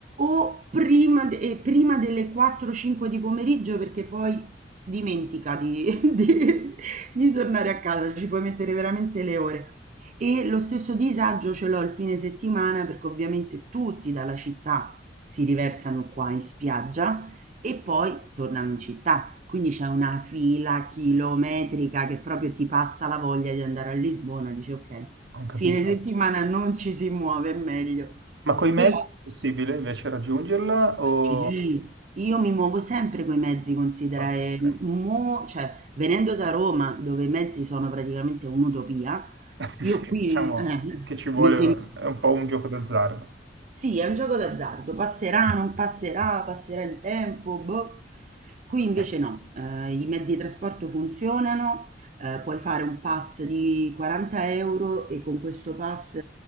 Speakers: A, on the right (about 45°); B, on the right (about 70°).
A: O prima d ehm, prima delle 4, 5 di pomeriggio perché poi dimentica di <laughs> di di tornare a casa, ci puoi mettere veramente le ore. E lo stesso disagio ce l'ho il fine settimana perché ovviamente tutti dalla città si riversano qua in spiaggia e poi tornano in città. Quindi c'è una fila chilometrica che proprio ti passa la voglia di andare a Lisbona, dici: "Okay,
B: ho capito.
A: fine settimana non ci si muove, è meglio."
B: Ma coi mezzi
A: Però
B: è possibile invece raggiungerla o...
A: sì, io mi muovo sempre coi mezzi, considera,
B: Ok.
A: e mo cioè venendo da Roma, dove i mezzi sono praticamente un'utopia,
B: <laughs> Sì,
A: io qui
B: diciamo
A: eh,
B: che ci vuole,
A: mi sembra
B: è un po' un gioco d'azzardo.
A: Sì, è un gioco d'azzardo, passerà, non passerà, passerà il tempo, boh. Qui invece
B: Eh,
A: no, eh, i mezzi di trasporto funzionano, eh, puoi fare un pass di 40 euro e con questo pass